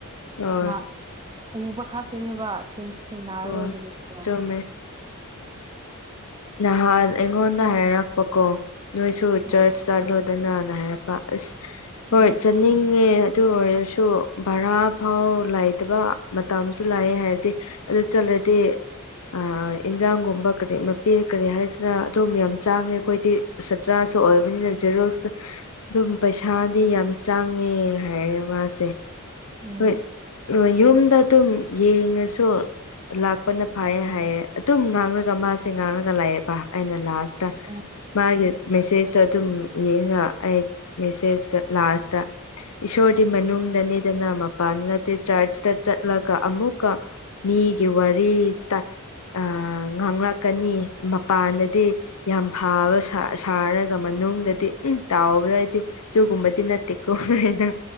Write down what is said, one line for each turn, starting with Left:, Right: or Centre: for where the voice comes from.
Left: ꯍꯣꯏ
Right: ꯃꯥ ꯎꯕ ꯈꯛꯇꯅꯦꯕ ꯊꯦꯡꯁꯨ ꯊꯦꯡꯅꯔꯔꯣꯏ‌
Left: ꯍꯣꯏ
Right: ꯑꯗꯨꯕꯨꯗꯤꯗꯣ
Left: ꯆꯨꯝꯃꯦ ꯅꯍꯥꯟ ꯑꯩꯉꯣꯟꯗ ꯍꯥꯏꯔꯛꯄꯀꯣ ꯅꯣꯏꯁꯨ
Right: ꯎꯝ
Left: ꯆꯔꯁ ꯆꯠꯂ‌ꯣꯗꯅ ꯍꯥꯏꯔꯛ ꯄꯥ ꯑꯁ ꯍꯣꯏ
Right: ꯎꯝ
Left: ꯆꯠꯅꯤꯡꯉꯦ ꯑꯗꯨ ꯑꯣꯏꯔꯁꯨ ꯚꯔꯥ ꯐꯥꯎ ꯂꯩꯥꯇꯕ ꯃꯇꯝꯁꯨ ꯂꯥꯛꯑ‌ꯦ ꯍꯥꯏꯕꯗꯩ ꯑꯗꯨ ꯆꯠꯂꯗꯤ ꯑ ꯏꯟꯖꯥꯡꯒꯨꯝꯕ ꯀꯔꯤ ꯄꯦ ꯀꯔꯤ ꯍꯥꯏꯁꯤꯔ ꯑꯗꯨꯝ ꯌꯥꯝ ꯆꯪꯉꯦ ꯑꯩꯈꯣꯏꯗꯤ ꯁꯇ꯭ꯔꯥꯁꯨ ꯑꯣꯏꯕꯅꯤꯅ ꯖꯦꯔꯣꯛꯁꯨ ꯑꯗꯨꯝ ꯄꯩꯁꯥꯗꯤ ꯌꯥꯝ ꯆꯪꯉꯦ ꯍꯥꯏꯔꯦ ꯃꯥꯁꯦ
Right: ꯎꯝ
Left: ꯍ‌ꯣꯏ ꯔ‌ꯣꯏ ꯌꯨꯝꯗ ꯑꯗꯨꯝ ꯌꯦꯡꯉꯁꯨ ꯂꯥꯛꯄꯅ ꯐꯩꯌꯦ ꯍꯥꯏꯌꯦ ꯑꯗꯨꯝ ꯉꯥꯡꯔꯒ ꯃꯥꯁꯨ ꯁ‌ꯦ ꯉꯥꯡꯔꯒ ꯂꯩꯥꯔꯕ ꯑꯩꯅ ꯂꯥꯁꯇ
Right: ꯎꯝ
Left: ꯃꯥꯒꯤ ꯃꯦꯁꯦꯖꯇ ꯑꯗꯨꯝ ꯌꯦꯡꯔꯒ ꯑꯩ ꯃꯦꯁꯦꯖꯀ ꯂꯥꯁꯇ ꯏꯁꯣꯔꯗꯤ ꯃꯅꯨꯡꯗꯅꯦꯗꯅ ꯃꯄꯥꯟꯗ ꯅꯠꯇꯦ ꯆꯔꯁꯇ ꯆꯠꯂꯒ ꯑꯃꯨꯛꯀ ꯃꯤꯒꯤ ꯋꯥꯔꯤ ꯇꯥ ꯑ ꯉꯥꯡꯔ ꯀꯅꯤ ꯃꯄꯥꯟꯗꯗꯤ ꯌꯥꯝ ꯐꯕ ꯁꯥ ꯁꯥꯔꯒ ꯃꯅꯨꯡꯗꯗꯤ ꯎꯝ ꯇꯧꯕꯗꯩꯗꯤ ꯑꯗꯨꯒꯨꯝꯕꯗꯤ ꯅꯠꯇꯦꯀꯣꯅ ꯑꯩꯅ